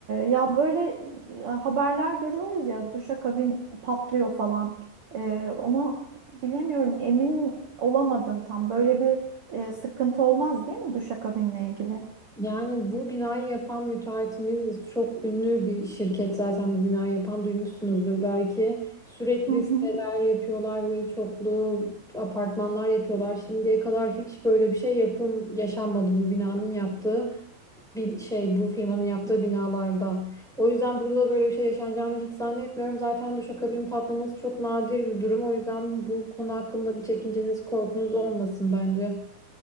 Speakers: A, on the right; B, in the centre.
A: ya böyle e, haberler görüyoruz ya duşakabin patlıyor falan. E, onu bilemiyorum emin olamadım tam böyle bir e, sıkıntı olmaz değil mi duşakabinle ilgili?
B: Yani bu binayı yapan müteahhitimiz çok ünlü bir şirket zaten bu binayı yapan duymuşsunuzdur belki. Sürekli
A: Hı hı.
B: siteler yapıyorlar ve çoklu apartmanlar yapıyorlar. Şimdiye kadar hiç böyle bir şey yapım yaşanmadı bu binanın yaptığı. bin, şey bu firmanın yaptığı binalarda. O yüzden burada da böyle bir şey yaşanacağını hiç zannetmiyorum. Zaten duşakabin patlaması çok nadir bir durum. O yüzden bu konu hakkında bir çekinceniz, korkunuz olmasın bence.